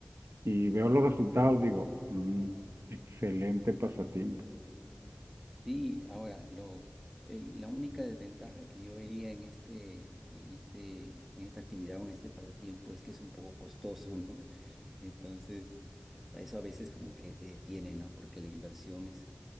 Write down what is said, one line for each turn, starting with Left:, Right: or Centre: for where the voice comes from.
Right: y veo los resultados, digo, "Mm, excelente pasatiempo.
Centre: Sí, ahora lo el- la única desventaja que yo vería en este, en este, en esta actividad o en este pasatiempo es que es un poco costoso, ¿no? Entonces, a eso a veces como que te detiene, ¿no? Porque la inversión es